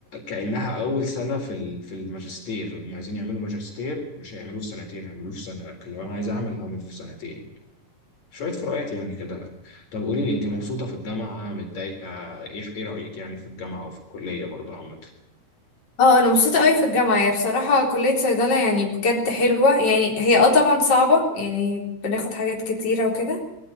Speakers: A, on the left; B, on the left.
A: كأنها أول سنة في ال- في الماجستير لما عايزين يعملوا ماجستير مش هيعملوه في سنتين هيعملوه في سنة لكن لو أنا عايز أعمل هعمل في سنتين شوية فروقات يعني كده طب قولي لي أنت مبسوطة في الجامعة متضايقة إيه إيه رأيك يعني في الجامعة وفي الكلية برضه عامة
B: اه انا مبسوطة قوي في الجامعة هي بصراحة كلية صيدلة يعني بجد حلوة يعني هي اه طبعا صعبة يعني بناخد حاجات كتيرة وكده